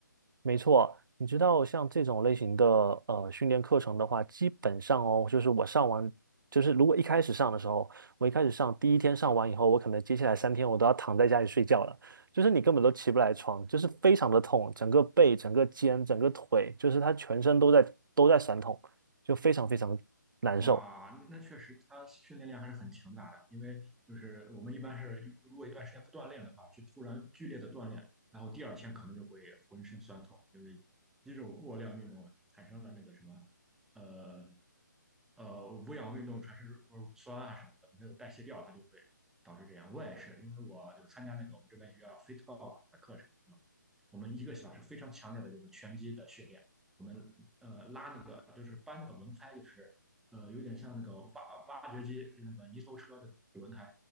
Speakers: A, on the right (about 80°); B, in the centre.
A: 没错，你知道像这种类型的呃训练课程的话，基本上哦，就是我上完，就是如果一开始上的时候，我一开始上第一天上完以后，我可能接下来三天我都要躺在家里睡觉了，就是你根本都起不来床，就是非常的痛，整个背、整个肩、整个腿，就是它全身都在都在酸痛，就非常非常难受。
B: 哇，那那确实，他训练量还是很强大的。因为就是我们一般是，如果一段时间不锻炼的话，去突然剧烈的锻炼，然后第二天可能就会浑身酸痛，因为肌肉过量运动啊产生了那个什么，呃呃，无氧运动产生就是乳酸啊什么的，没有代谢掉，它就会导致这样。我也是，因为我有参加那个我们这边有一个叫 Fit Golf 的课程，我们一个小时非常强烈的就是拳击的训练，我们呃拉那个就是搬那个轮胎就是。呃，有点像那个挖挖掘机，就那个泥头车的轮胎，